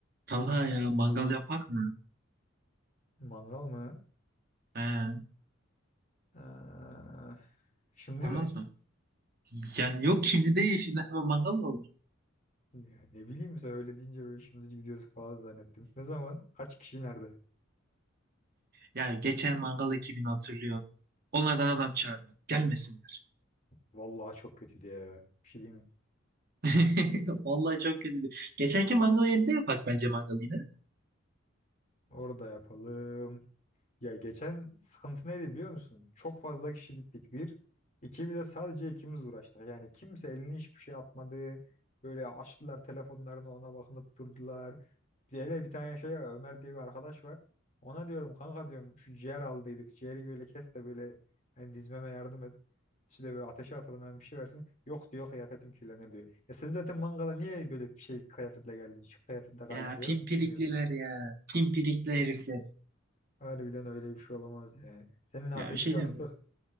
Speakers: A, on the right; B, on the left.
A: Talha ya mangal yapak mı?
B: Mangal mı?
A: He,
B: Ee, şimdi
A: olmaz
B: mi?
A: mı? Yani yok şimdi değil şimdi hemen mangal mı olur?
B: Ya ne bileyim sen öyle deyince böyle şimdi gidiyoruz falan zannettim. Ne zaman? Kaç kişi nerede?
A: Ya geçen mangal ekibini hatırlıyor. Onlardan adam çağırmadım. Gelmesinler.
B: Vallahi çok kötü diye. Bir şey diyeyim mi?
A: <laughs> Vallahi çok kötüydü. Geçenki mangal yerinde yapak bence mangal yine.
B: Orada yapalım. Ya geçen sıkıntı neydi biliyor musun? Çok fazla kişi gittik bir. İki bir de sadece ikimiz uğraştık. Yani kimse elini hiçbir şey atmadı. Böyle açtılar telefonlarını ona bakınıp durdular. Bir de hele bir tane şey var, Ömer diye bir arkadaş var. Ona diyorum kanka diyorum şu ciğer aldıydık. Ciğeri böyle kes de böyle hani dizmeme yardım et. İşte böyle ateşe atalım hemen bir şey versin. Yok diyor kıyafetim kirlenir diyor. Ya sen zaten mangala niye böyle bir şey kıyafetle geldin? Şık kıyafetle geldin
A: Ya
B: diyorum.
A: pimpirikliler
B: Bilmiyorum
A: ya. Pimpirikli herifler.
B: Harbiden öyle bir şey olamaz ya. Seninle
A: Ya
B: ateşi
A: bir şey
B: yaktık.
A: diyeyim mi?